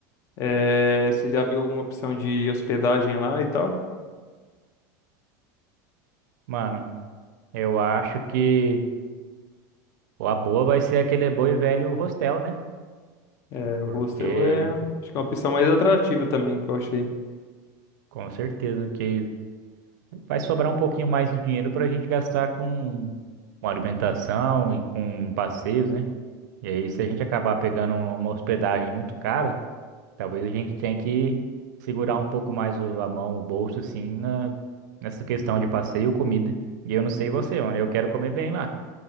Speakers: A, on the left; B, on the right.
A: É, você já viu alguma opção de hospedagem lá e tal?
B: Mano, eu acho que a boa vai ser aquele bom e velho hostel, né?
A: É, o
B: Porque,
A: hostel é, acho que é uma opção mais atrativa também que eu achei.
B: com certeza, que Vai sobrar um pouquinho mais de dinheiro para a gente gastar com, com alimentação e com passeios, né? E aí, se a gente acabar pegando uma hospedagem muito cara, talvez a gente tenha que segurar um pouco mais o- a mão, o bolso, assim, na, nessa questão de passeio e comida. E eu não sei você, mano, eu quero comer bem lá.